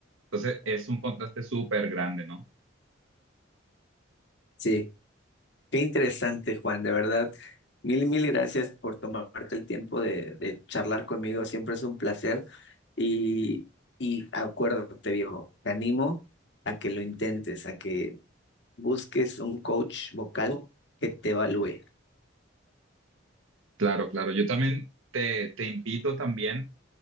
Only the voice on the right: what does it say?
Entonces es un contraste súper grande, ¿no?
Claro, claro. Yo también te, te invito también